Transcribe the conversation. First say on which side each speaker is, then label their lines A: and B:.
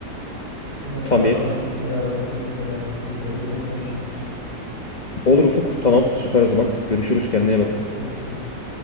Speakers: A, on the left; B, on the left.
A: Yine
B: Tabii.
A: bakalım neler oldu, neler bitti diye yine konuşuruz.
B: Olur Ufuk. Tamam. Süper o zaman. Görüşürüz. Kendine iyi bak.
A: Görüşürüz.